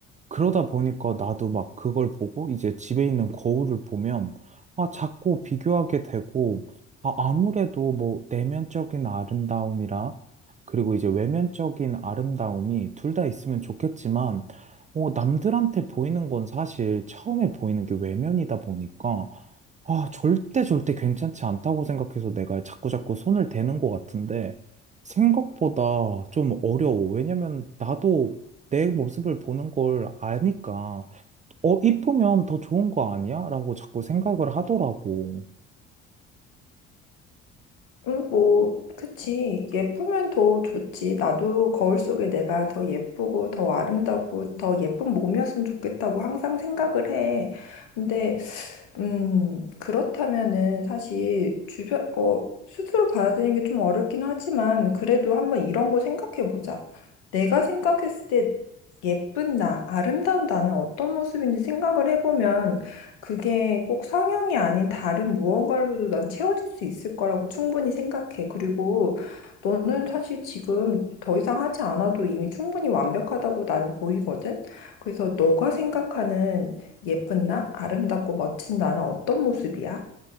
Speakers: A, on the right; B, on the left.
A: 그러다 보니까 나도 막 그걸 보고 이제 집에 있는 거울을 보면 아, 자꾸 비교하게 되고 아, 아무래도 뭐 내면적인 아름다움이라 그리고 이제 외면적인 아름다움이 둘 다 있으면 좋겠지만 어, 남들한테 보이는 건 사실 처음에 보이는 게 외면이다 보니까 아, 절대 절대 괜찮지 않다고 생각해서 내가 자꾸 자꾸 손을 대는 것 같은데 생각보다 좀 어려워. 왜냐면 나도 내 모습을 보는 걸 아니까, 어, 이쁘면 더 좋은 거 아니야? 라고 자꾸 생각을 하더라고.
B: 음, 뭐, 그치. 예쁘면 더 좋지. 나도 거울 속에 내가 더 예쁘고, 더 아름답고, 더 예쁜 몸이었으면 좋겠다고 항상 생각을 해. 근데 음, 그렇다면은 사실 주변, 어, 스스로 받아들이는 게 좀 어렵긴 하지만 그래도 한번 이런 거 생각해 보자. 내가 생각했을 때 예쁜 나, 아름다운 나는 어떤 모습인지 생각을 해보면 그게 꼭 성형이 아닌 다른 무언가로도 난 채워질 수 있을 거라고 충분히 생각해. 그리고 너는 사실 지금 더 이상 하지 않아도 이미 충분히 완벽하다고 나는 보이거든. 그래서 너가 생각하는 예쁜 나? 아름답고 멋진 나는 어떤 모습이야?